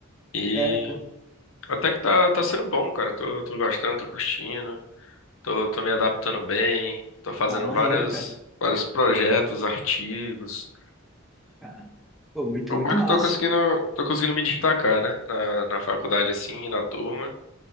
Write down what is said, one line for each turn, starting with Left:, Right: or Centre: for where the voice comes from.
Left: E
Centre: É, cara.
Left: até que tá, tá sendo bom, cara. Tô, tô gostando, tô curtindo, tô, tô me adaptando bem, tô fazendo
Centre: Ah, maneiro,
Left: vários,
Centre: cara.
Left: vários projetos, artigos.
Centre: Ah, Pô, muito,
Left: O
Centre: muito
Left: bom é
Centre: massa.
Left: que eu tô conseguindo, tô conseguindo me destacar, né? Na, na faculdade, assim, na turma.